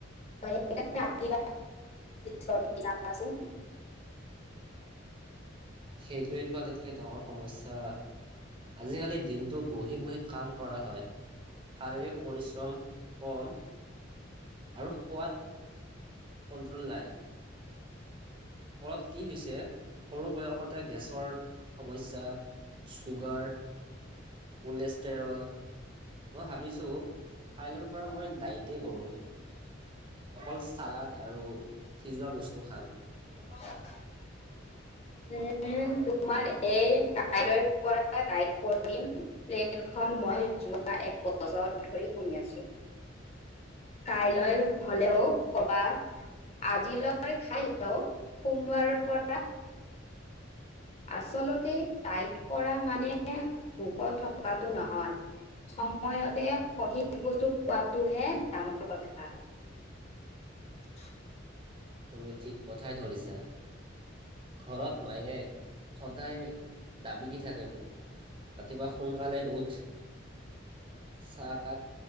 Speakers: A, on the left (about 35°); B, on the right (about 25°).
A: <unintelligible> জালে চৰ্দিচোন
B: সেইটোৱে টো আটাইতকৈ ডাঙৰ সমস্যা আজিকালি দিনটো বহি বহি কাম কৰা হয় শাৰীৰিক পৰিশ্ৰম কম আৰু খোৱাত কণ্ট্ৰল নাই ফলত কি হৈছে সৰু বয়সতে গেছৰ সমস্যা চুগাৰ কলেষ্টৰল মই ভাবিছোঁ কাইলৈৰ পৰা মই ডাইট কৰোঁ অকল চালাড আৰু সিজোৱা বস্তু খাম
A: অ উ তোমাৰ এই কাইলৈৰ পৰা দাইড কৰিম প্লেনখন মই যোৱা এক বছৰ ধৰি শুনি আছোঁ কাইলৈ হ'লেও কবা আজিলৈ খাই লওঁ সোমবাৰৰ পৰা আচলতে দাইট কৰা মানে ভোকত থকাটো নহয় সময়তে সঠিক বস্তু খোৱাটোহে ডাঙৰ কথা <inaudible>
B: তুমি ঠিক কথাই ধৰিছা ঘৰত মায়ে সদায় দাবি দি থাকে মোক ৰাতিপুৱা সোনকালে উঠ চাহকাপ